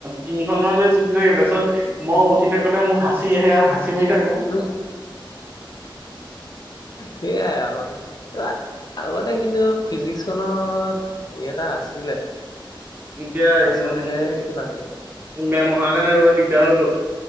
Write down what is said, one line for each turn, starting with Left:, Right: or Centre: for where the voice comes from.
Right: তিনিখন মান মানে যদি থাকে। তাৰপিছত মই উঠি থাকোতে মোক সাঁচি আহে। চিমিটক
Left: উম সেইয়াই আ, মানে আগতে কিন্তু ফিজিক্সখনত এই, এটা আছিলে।
Right: ইতিয়া
Left: পাছলেহে
Right: এইনকন্তে
Left: কিবা হেৰি
Right: মেম, হ, কাৰ, ন, ৰোৱি ডহটো।